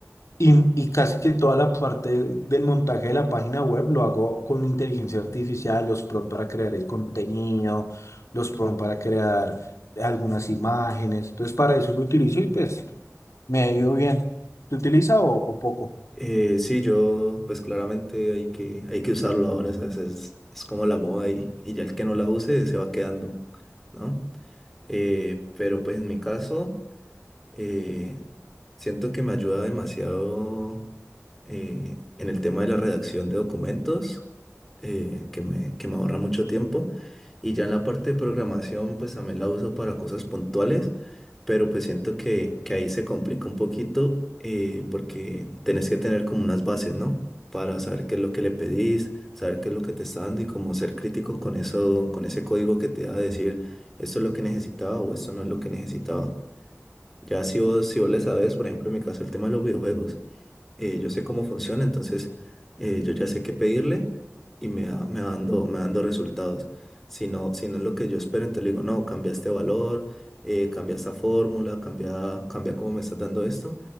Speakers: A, on the left (about 75°); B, in the centre.
A: y, y casi que toda la parte del montaje de la página web lo hago con inteligencia artificial, los prompts para crear el contenido, los prompts para crear algunas imágenes. Entonces, para eso lo utilizo y pues me ha ido bien. ¿Se utiliza o, o poco?
B: Eh, sí, yo, pues claramente hay que, hay que usarlo ahora, o sea, es, es- es como la moda y, y ya el que no la use se va quedando, ¿no? Eh, pero pues en mi caso... Eh, siento que me ayuda demasiado eh, en el tema de la redacción de documentos, eh, que me, que me ahorra mucho tiempo. Y ya en la parte de programación, pues también la uso para cosas puntuales, pero pues siento que, que ahí se complica un poquito eh, porque tenés que tener como unas bases, ¿no? Para saber qué es lo que le pedís, saber qué es lo que te está dando y como ser crítico con eso, con ese código que te da a decir, esto es lo que necesitaba o esto no es lo que necesitaba. Ya si vos, si vos le sabes, por ejemplo, en mi caso, el tema de los videojuegos eh, yo sé cómo funciona, entonces eh, yo ya sé qué pedirle y me va, me va dando, me va dando resultados. Si no, si no es lo que yo espero, entonces le digo, no, cambia este valor, eh, cambia esta fórmula, cambia, cambia cómo me estás dando esto.